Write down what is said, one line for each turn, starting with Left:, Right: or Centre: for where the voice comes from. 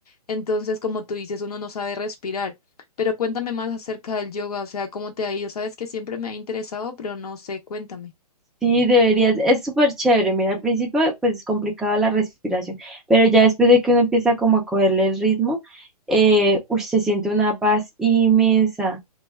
Left: Entonces, como tú dices, uno no sabe respirar. Pero cuéntame más acerca del yoga, o sea, cómo te ha ido. Sabes que siempre me ha interesado, pero no sé, cuéntame.
Centre: Sí, deberías, es súper chévere. Mira, al principio pues es complicado la respiración, pero ya después de que uno empieza como a cogerle el ritmo, eh, uy, se siente una paz inmensa.